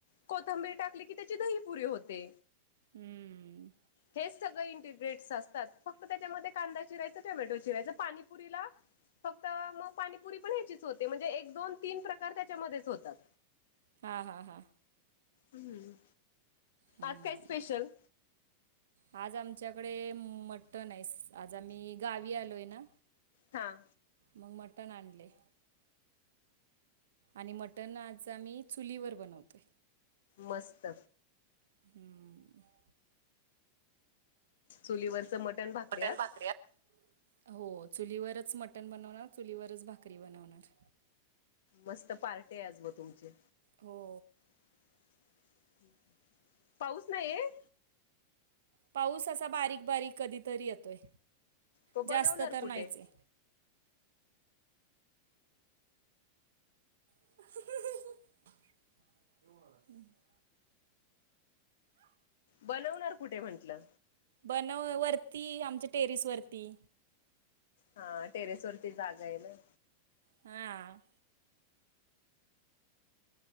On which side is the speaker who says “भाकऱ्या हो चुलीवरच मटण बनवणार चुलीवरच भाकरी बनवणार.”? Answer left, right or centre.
Right